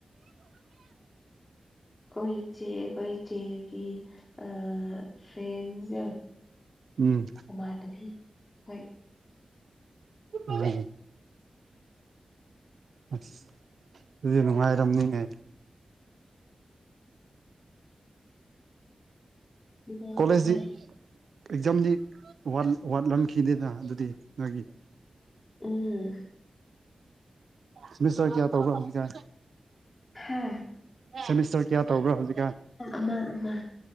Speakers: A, on the left (about 35°); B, on the right (about 80°).
A: ꯈꯣꯏ ꯆꯦ ꯈꯣꯏ ꯆꯦꯒꯤ ꯑ ꯐꯔ꯭ꯦ ꯟꯁꯀ
B: ꯎꯝ
A: ꯃꯃꯥꯟꯅꯕꯤ ꯍꯣꯏ
B: ꯎꯝ ꯑꯁ ꯑꯗꯨꯗꯤ ꯅꯨꯡꯉꯥꯏꯔꯝꯅꯤꯅꯦ
A: ꯅꯨꯡꯉꯥꯏ
B: ꯀꯣꯂꯦꯖꯗꯤ
A: ꯅꯨꯡꯉꯥꯏ
B: ꯑꯦꯛꯖꯥꯝꯗꯤ ꯋꯥꯠ ꯋꯥꯠꯂꯝꯈꯤꯅꯤꯅ ꯑꯗꯨꯗꯤ ꯅꯣꯏꯒꯤ
A: ꯎꯝ
B: ꯁꯦꯃꯤꯁꯇꯔ ꯀꯌꯥ ꯇꯧꯕ꯭ꯔ ꯍꯧꯖꯤꯛꯁꯦ
A: ꯍꯥ
B: ꯁꯦꯃꯤꯁꯇꯔ ꯀꯌꯥ ꯇꯧꯕ꯭ꯔꯥ ꯍꯧꯖꯤꯛ
A: ꯑꯃ ꯑꯃ